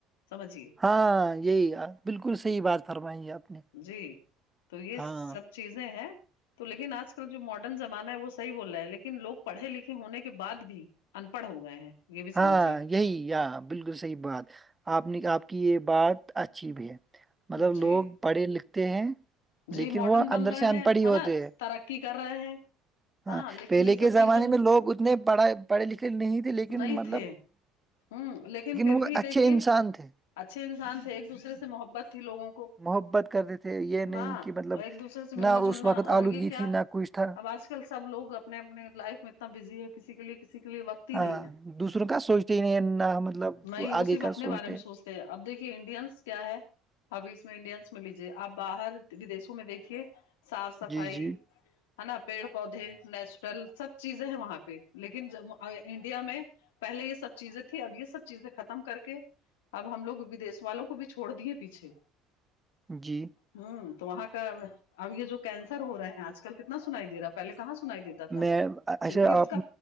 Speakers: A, on the left; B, on the right.
A: سمجھیے
B: ہاں یہی بالکل صحیح بات فرمائییںے آپ نے
A: جی تو یہ
B: ہاں
A: سب چیزیں ہیں تو لیکن آج کل جو ماڈرن زمانہ ہے وہ صحیح بول رہا ہے لیکن لوگ پڑھے لکھے ہونے کے بعد بھی ان پڑھ ہو گئے ہیں یہ بھی
B: ہاں
A: سمجھیے
B: یہی یا بالکل صحیح بات آپ نے آپ کی یہ بات اچھی بھی ہے مطلب
A: جی
B: لوگ پڑھے لکھتے ہیں
A: جی
B: لیکن
A: ماڈرن
B: وہ
A: بن
B: اندر
A: رہے
B: سے ان
A: ہیں
B: پڑھ ہی
A: ہے
B: ہوتے
A: نا
B: ہیں
A: ترقی کر رہے ہیں
B: ہاں
A: لیکن
B: پہلے
A: یہ
B: کے
A: سب
B: زمانے
A: چیزوں
B: میں لوگ اتنے پڑھ پڑھے لکھے نہیں تھے لیکن
A: نہیں
B: مطلب
A: تھے ہوں لیکن پھر
B: وہ
A: بھی
B: اچھے
A: دیکھیے
B: انسان تھے
A: اچھے انسان تھے ایک دوسرے سے محبت تھی لوگوں کو
B: محبت کرتے تھے یہ
A: ہاں
B: نہیں کہ مطلب
A: اور ایک دوسرے سے ملنا
B: نہ
A: جلنا
B: اس وقت
A: اور
B: آلودگی
A: یہ کیا
B: تھی نہ کچھ تھا
A: اب آج کل سب لوگ اپنے اپنے لائف میں اتنا بزی ہے کسی کے لیے کسی کے لیے وقت ہی
B: ہاں
A: نہیں ہے
B: دوسروں کا سوچتے ہی نہیں نہ مطلب
A: میں وہ
B: آگے
A: صرف
B: کا
A: اپنے
B: سوچتے
A: بارے میں سوچتا اب دیکھیے انڈینس کیا ہے اب اس میں انڈینس میں لیجیے آپ باہر ودیشوں میں دیکھیے صاف صفائی
B: جی جی
A: ہے نا پیڑ پودے نیچرل سب چیزیں ہیں وہاں پہ لیکن جب انڈیا میں پہلے یہ سب چیزیں تھی اب یہ سب چیزیں ختم کر کے اب ہم لوگ ودیش والوں کو بھی چھوڑ دیے پیچھے
B: جی
A: ہوں تو وہاں کا اب یہ جو کینسر ہو رہے ہیں آج کل کتنا سنائی دے رہا پہلے کہاں سنائی دیتا تھا
B: میں اچھا
A: تو یہ اس
B: آپ
A: کا